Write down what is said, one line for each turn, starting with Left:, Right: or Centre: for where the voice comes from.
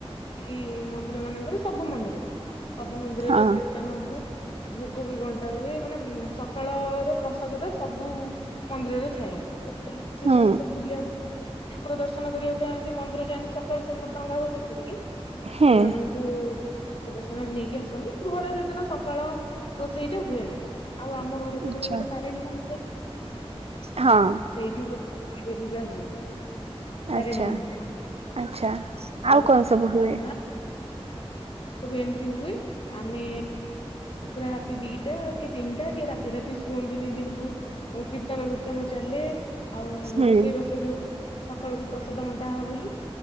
Left: ଏଇ ମନ୍ଦିର ମାନଙ୍କରେ ସବୁ ମନ୍ଦିରରେ ସବୁ ମନ୍ଦିରରେ
Right: ହଁ
Left: କୀର୍ତ୍ତନ ହୁଏ। ଭୋଗ ବି ବନ୍ ଣ୍ଟା ହୁଏ। ମାନେ ସକାଳର ପ୍ରସାଦ ଟା ସବୁ ମନ୍ଦିରରେ ଛାଏ। ଉ ଯୋଉମାନେ
Right: ହୁଁ
Left: ସବୁ ବୁଲିବାକୁ ଠାକୁର ଦର୍ଶନ କରିବାକୁ ଯଆନ୍ତି ମନ୍ଦିର ଯାଆନ୍ତି ସକାଳୁ ସକାଳୁ ଡଙ୍ଗା ଭସେଇ ସାରିକି
Right: ହୁଁ।
Left: ସେମାନଙ୍କୁ ତ ସେମାନେ ନେଇକି ଆସନ୍ତି ଘରେ ସେଦିନ ସକାଳ ରୋଷେଇ ଟା ହୁଏନା। ଆଉ ଆମ ଘର ପାଖରେ
Right: ଆଚ୍ଛା।
Left: ଗୋଟେ ତାରିଣୀ ମନ୍ଦିର ଅଛି।
Right: ହଁ
Left: ସେଇଠି ସବୁ ଯିଏ ବିଭା ହୁଏ। ତାରେଣୀ
Right: ଆଚ୍ଛା
Left: ମନ୍ଦିରରେ
Right: ଆଚ୍ଛା ଆଉ
Left: ଅରୁଆ
Right: କଣ
Left: ଭାତ
Right: ସବୁ ହୁଏ?
Left: ଡାଲମା। ସବୁ ଏମିତି ହୁଏ ଆମେ ପୁରା ରାତି ଦି ଟା କି ତିନିଟା କି ରାତି ରାତି ଶୁଅନ୍ତିନି ଯେହେତୁ କୀର୍ତ୍ତନ ବୀର୍ତ୍ତନ ଚାଲେ ଆଉ
Right: ହୁଁ
Left: ରୋଷେଇବାସ ବି ହଉ ସକାଳକୁ ପ୍ରସାଦ ବଣ୍ଟା ହବ ବୋଲି